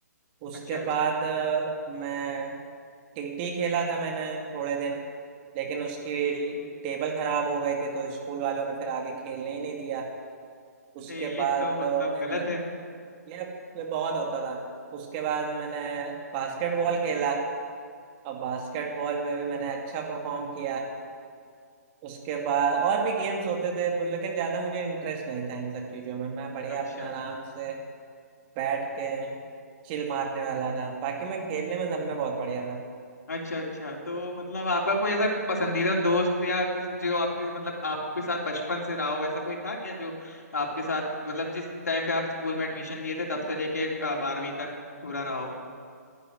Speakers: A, on the right; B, on the left.
A: उसके
B: अच्छा अच्छा
A: बाद अ, मैं टीटी खेला था मैंने थोड़े दिन लेकिन उसकी टेबल खराब हो गई थी तो स्कूल वालों ने फिर आगे खेलने ही नहीं दिया
B: अरे
A: उसके
B: ये
A: बाद
B: तो मतलब
A: अ, मैंने
B: गलत है
A: ये ये बहुत होता था उसके बाद मैंने बास्केटबॉल खेला और बास्केटबॉल में भी मैंने अच्छा परफॉर्म किया उसके बाद और भी गेम्स होते थे लेकिन ज्यादा मुझे इंटरेस्ट नहीं था इन सब चीजों में मैं बढ़िया
B: अच्छा
A: अपना आराम से बैठ के चिल मारने वाला था बाकी मैं खेलने में सब में बहुत बढ़िया था
B: अच्छा अच्छा तो मतलब आपका कोई ऐसा पसंदीदा दोस्त या कुछ जो आपके मतलब आपके साथ बचपन से रहा हो ऐसा कोई था क्या जो आपके साथ मतलब जिस टाइम पे आप स्कूल में एडमिशन लिए थे तब से लेके अ, बारहवीं तक पूरा रहा हो